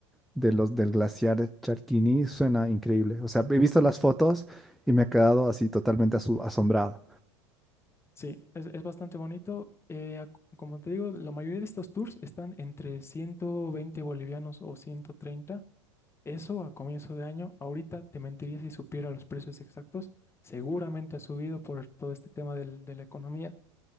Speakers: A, in the centre; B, on the left (about 15°).
A: de los del glaciar Charquini suena increíble. O sea, he visto las fotos y me he quedado así totalmente asu- asombrado.
B: Sí, es, es bastante bonito. Eh, ac- como te digo, la mayoría de estos tours están entre 120 bolivianos o ciento treinta Eso a comienzo de año, ahorita te mentiría si supiera los precios exactos. Seguramente ha subido por todo este tema del- de la economía,